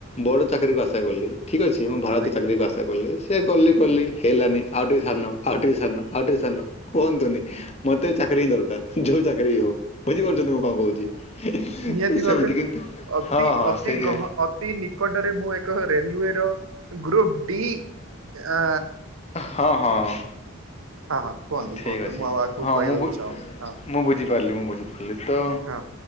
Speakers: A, on the left; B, on the right.
A: ବଡ଼ ଚାକିରିକୁ ଆଶା କଲି ଠିକ୍ ଅଛି। ମୁଁ ଭାରତ
B: ଆଜ୍ଞା।
A: ଚାକିରୀ କୁ ଆଶା କଲି। ସେ କଲି କଲି ହେଲାନି ଆଉି ଟିକେ ସାନ ଆଉ ଟିକି ସାନ ଆଉ ଟିକେ ସାନ କୁହନ୍ତୁନି ମତେ ଚାକିରୀ ହିଁ ଦରକାର, ଯୋଉ ଚାକିରୀ ହଉ। ବୁଝିପାରୁଛନ୍ତି ମୁଁ କଣ କହୁଛି,
B: ନିହାତି
A: ତ ସେମିତି
B: ଭାବେ
A: କିନ୍ତୁ
B: ଅତି
A: ହଁ ହଁ। ସେଇ
B: ଅତି ଗହ ଅତି ନିକଟରେ ମୁଁ ଏକ ରେଲୱେର ଗ୍ରୁପ ଡି ଆ
A: ହଁ ହଁ।
B: ହଁ ହଁ କୁହନ୍ତୁ
A: ଠିକ
B: କୁହନ୍ତୁ
A: ଅଛି
B: ମୁଁ ଆଉ ଆଗକୁ
A: ହଁ
B: କହିବାକୁ
A: ମୁଁ ବୁ
B: ଚାହୁଁନି ହଁ
A: ମୁଁ ବୁଝିପାରିଲି ମୁଁ ବୁଝି ଖାଲି ତ
B: ହଁ